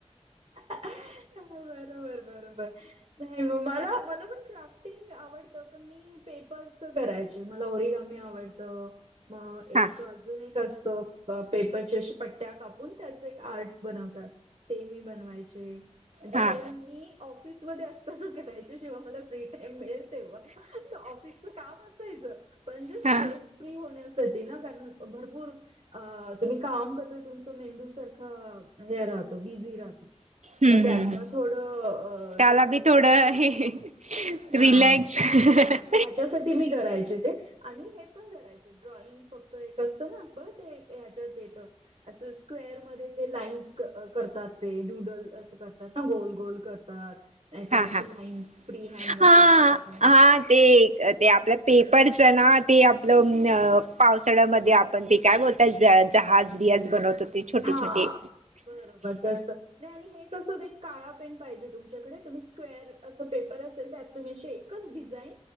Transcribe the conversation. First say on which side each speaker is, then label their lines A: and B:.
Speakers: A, on the right (about 50°); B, on the right (about 80°).
A: ह बरोबर बरोबर नाही मला मला पण क्राफ्टिंग आवडत पण मी म पेपर करायचे मला ओरिगामी आवडत. मग एक
B: हा
A: अजून एक असतो. पेपरची अ पट्ट्या कापून त्याच एक आर्ट बनवतात ते मी बनवायचे म्हणजे
B: हा
A: हे मी ऑफिसमध्ये असताना करायच्या जेव्हा मला फ्री टाइम मिळेल. ऑफिस काम असायचं पण ते स्ट्रेस
B: हा
A: फ्री होण्या ना कारण भरपूर अ तुम्ही काम करत तुमचं मेंदू सारखं हे राहतो बिझी राहतो.
B: ह्
A: मग त्यातनं थोडं अ,
B: त्याला
A: हे पाहिजे
B: बी थोड
A: ना रिलॅक्स
B: हे रील्याक्स.
A: हां.
B: ह
A: त्याच्यासाठी मी करायचे ते आणि हे पण करायचे ड्रॉइंग फक्त एक असतं ना. बघ ते ह्याच्यात येत. असं स्क्वेर मध्ये ते लाईन्स करतात ते डुडल असं करतात ना गोल गोल करतात. नाहीतर
B: हा
A: असे
B: हा
A: लाईन्स फ्री हँड
B: हा
A: अस ख <unintelligible>
B: हा ते ते आपल्या पेपर जणा ते आपलं पावसाळ्यामध्ये आपण ते काय बोलतात जहाज बिहाज बनवत ते छोटी
A: हां,
B: छोटी
A: बरोबर तसं. नाही आणि हे कसं एक काळा पेन पाहिजे तुमच्याकडे तुम्ही स्क्वेअर असं पेपर असेल त्यात तुम्ही शेक एकच डिझाईन